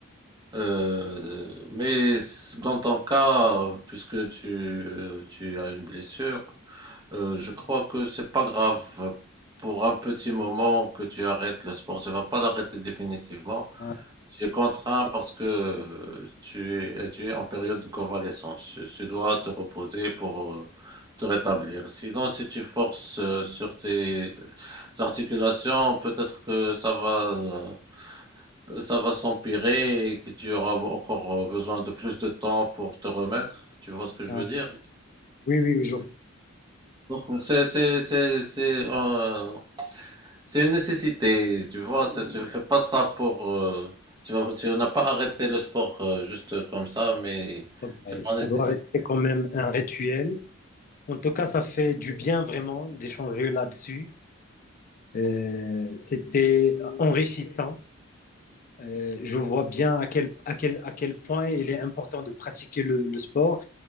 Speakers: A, on the right; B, on the left.
A: Euh, mais dans ton cas, puisque tu, euh, tu as une blessure, euh, je crois que c'est pas grave pour un petit moment que tu arrêtes le sport. Tu vas pas l'arrêter définitivement.
B: Ouais.
A: Tu es contraint parce que euh, tu es, euh, tu es en période de convalescence. Tu, tu dois te reposer pour euh, te rétablir. Sinon, si tu forces euh, sur tes articulations, peut-être que ça va, euh, ça va s'empirer et que tu auras encore euh, besoin de plus de temps pour te remettre. Tu vois ce que je
B: Ah,
A: veux dire?
B: oui, oui, oui, je vois,
A: Donc, c'est, c'est, c'est, c'est, euh, C'est une nécessité, tu vois, c'est- tu fais pas ça pour... euh, tu vas- tu n'as pas arrêté le sport euh, juste comme ça, mais
B: c'est vrai.
A: c'est pas une nécessité.
B: Ça doit rester quand même un rituel. En tout cas, ça fait du bien vraiment d'échanger là-dessus. Euh, c'était enrichissant. Euh, je vois bien à quel, à quel, à quel point il est important de pratiquer le, le sport.